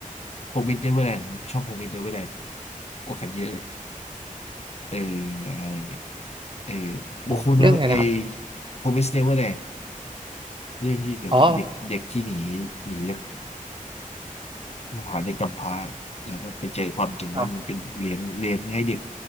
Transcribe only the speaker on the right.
อ๋อเรื่องอะไรนะครับ
อ๋อ
ครับ